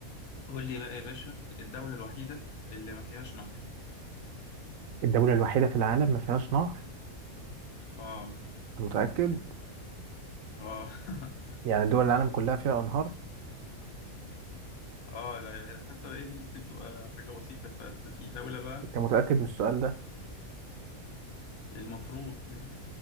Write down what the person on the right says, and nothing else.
الدولة الوحيدة في العالم ما فيهاش نهر
أنت متأكد
يعني دول العالم كلها فيها أنهار
أنت متأكد من السؤال ده